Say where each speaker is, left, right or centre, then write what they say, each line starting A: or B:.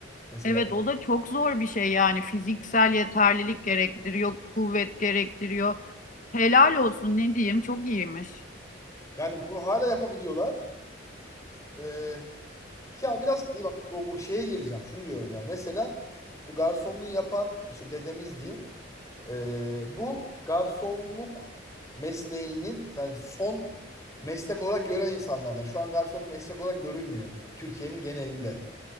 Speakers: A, on the left; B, on the left.
A: Mesela.
B: Evet, o da çok zor bir şey yani. Fiziksel yeterlilik gerektiriyor, kuvvet gerektiriyor. Helal olsun ne diyeyim, çok iyiymiş.
A: Yani bunu hala yapabiliyorlar. Ee, ya biraz değil bak o bu şeye geleceğim. Şunu diyorum yani. Mesela bu garsonluğu yapan işte dedemiz diyeyim. Ee, bu garsonluk mesleğinin yani son meslek olarak gören insanlardan. Şu an garsonluk meslek olarak görülmüyor Türkiye'nin genelinde.